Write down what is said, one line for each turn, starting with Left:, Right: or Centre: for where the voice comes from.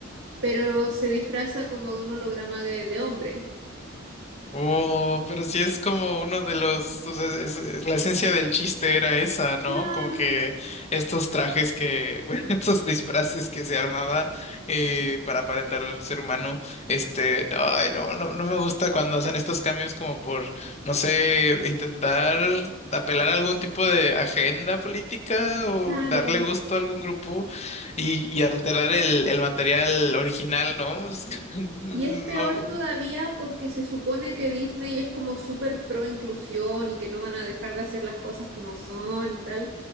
Right: pero se disfraza como de un holograma de, de hombre.
Left: Oh, pero sí es como uno de los, o sea, es- es- la esencia del chiste era esa, ¿no?
Right: Claro,
Left: Como que estos trajes que, <laughs> bueno, estos disfraces que se armaba eh, para aparentar ser humano, este, ay, no, no, no me gusta cuando hacen estos cambios como por, no sé, intentar apelar a algún tipo de agenda política o
Right: claro.
Left: darle gusto a algún grupo y, y alterar el, el material original, ¿no? <laughs> No.
Right: Y es peor todavía porque se supone que Disney es como súper pro inclusión y que no van a dejar de hacer las cosas como son y tal.